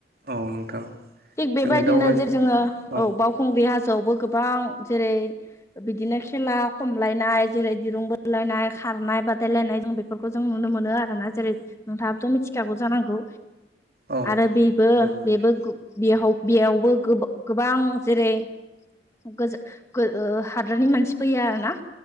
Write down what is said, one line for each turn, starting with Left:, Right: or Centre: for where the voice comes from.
Right: औ नोंथां
Left: थिग बेबायदिनो
Right: जोङो दावबाय
Left: जे जोङो
Right: औ
Left: ओ बावखुंग्रि हाजोआवबो गोबां जेरै बिदिनो खेला खमलायनाय जेरै दिरुं बोलायनाय खारनाय बादायलायनाय जों बे फोरखौ जों नुनो मोनो आरोना जेरै नोंथाङाबोथ' मिथिखागौ जानांगौ।
Right: औ
Left: आरो बेबो
Right: नंगौ नोंथां
Left: बेबो गो बेयाव बेयावबो गो-गोबां जेरै गोजान ओ हादरनि मानसि फैयो आरो ना